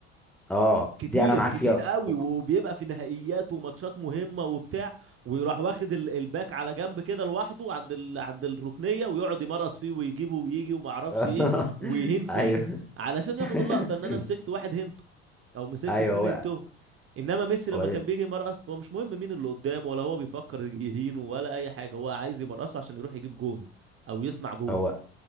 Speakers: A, in the centre; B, on the right (about 40°).
A: اه
B: كتير
A: دي انا معاك
B: كتير
A: فيها
B: قوي
A: وك-
B: وبيبقى في نهائيات وماتشات مهمة وبتاع ويروح واخد ال- الباك على جنب كده لوحده عند ال... عند الركنية ويقعد يمرس فيه ويجيبه ويجي وما اعرفش
A: <laughs>
B: ايه ويهين فيه
A: ايوه
B: علشان ياخد
A: <laughs>
B: اللقطة ان انا مسكت واحد هنتو او مسكت
A: ايوه
B: اتنين هنتو
A: هو
B: انما ميسي
A: هو
B: لما كان بيجي يمرقص هو مش مهم مين اللي قدامه ولا هو بيفكر يهينه ولا اي حاجة هو عايز يمرقصه عشان يروح يجيب جون او يصنع جون
A: هو